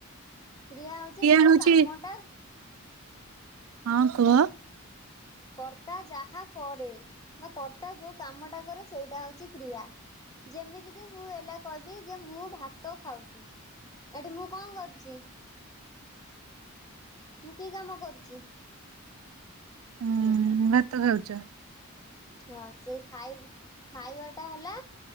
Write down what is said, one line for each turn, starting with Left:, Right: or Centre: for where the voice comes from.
Left: କ୍ରିୟା ହଉଚି ଯୋଉ
Right: ହଉଛି
Left: କାମଟା
Right: ହଁ କୁହ।
Left: କର୍ତ୍ତା ଯାହା କରେ ବା କର୍ତ୍ତା ଯୋଉ କାମଟା କରେ ସେଇଟା ହଉଚି କ୍ରିୟା। ଯେମିତିକି ମୁଁ ହେଲା କହିବି ଯେ ମୁଁ ଭାତ ଖାଉଚି, ଏଠି ମୁଁ କଣ କରୁଚି ମୁଁ କି କାମ କରୁଚି?
Right: ହୁଁ, ଭାତ ଖାଉଚ।
Left: ହଁ ସେଇ ଖାଇ ଖାଇବାଟା ହେଲା